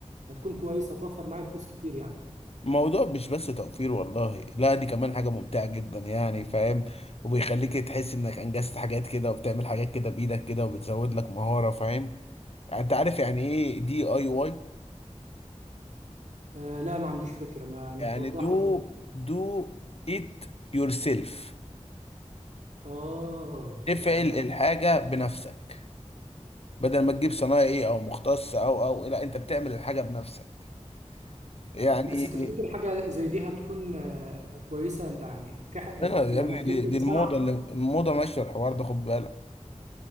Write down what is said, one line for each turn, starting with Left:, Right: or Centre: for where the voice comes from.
Right: هتكون كويسه هتوفر معايا فلوس كتير يعني
Left: الموضوع مش بس توفير والله لا دي كمان حاجة ممتعة جدا يعني فاهم وبيخليك تحس انك انجزت حاجات كده وبتعمل حاجات كده بايدك كده وبتزود لك مهارة فاهم يعني انت عارف يعني ايه دي اي واي
Right: آه لا ما عنديش فكره ما ما
Left: يعني
Right: توضح
Left: دو
Right: لي كده
Left: دو ات يور سيلف
Right: اه
Left: افعل
Right: تمام
Left: الحاجة بنفسك بدل ما تجيب صنايعي او مختص او او لا انت بتعمل الحاجة بنفسك يعني
Right: طب بس تفتكر حاجة زي دي هتكون آه، كويسة يعني في ح-
Left: ايوه يا
Right: يعني
Left: ابني
Right: في
Left: دي,
Right: كذا
Left: دي الموضة
Right: صنعة
Left: اللي الموضة ماشية الحوار ده خد بالك